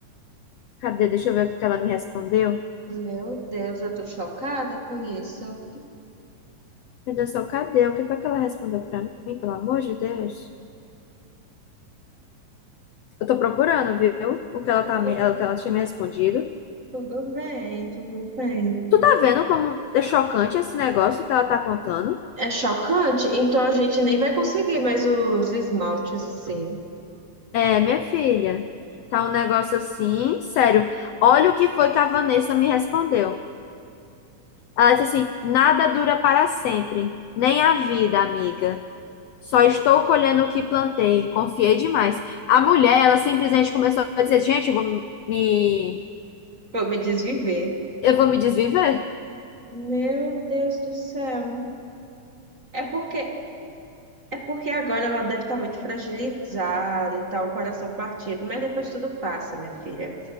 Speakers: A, on the left; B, on the right.
A: Cadê? Deixa eu ver o que ela me respondeu.
B: Meu Deus, eu tô chocada com isso.
A: Meu Deus do céu, cadê? O que foi que ela respondeu para mim, pelo amor de Deus? Eu tô procurando, viu? O que ela
B: Tudo,
A: tá, me- o que ela tinha me respondido.
B: tudo bem, tudo bem.
A: Tu tá vendo como é chocante esse negócio que ela tá contando?
B: É chocante, então a gente nem vai conseguir mais os esmaltes assim.
A: É, minha filha, tá um negócio assim, sério. Olha o que foi que a Vanessa me respondeu. Ela disse assim: nada dura para sempre, nem a vida, amiga. Só estou colhendo o que plantei. Confiei demais. A mulher, ela simplesmente começou a dizer: gente, eu vou me,
B: Vou me desviver.
A: eu vou me desviver?
B: Meu Deus do céu. É porque É porque agora ela deve estar muito fragilizada e tal, o coração partido, mas depois tudo passa, minha filha.